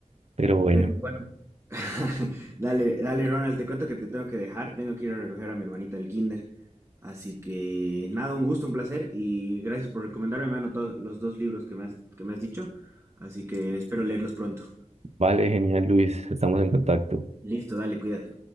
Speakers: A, on the right; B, on the right.
A: pero bueno,
B: Pero bueno. <laughs> Dale, dale, Ronald, te cuento que te tengo que dejar, tengo que ir a recoger a mi hermanita al kinder. Así que nada, un gusto, un placer y gracias por recomendarme. Me han anotado los dos libros que me has, que me has dicho, así que espero leerlos pronto.
A: vale, genial, Luis, estamos en contacto.
B: Listo, dale, cuídate.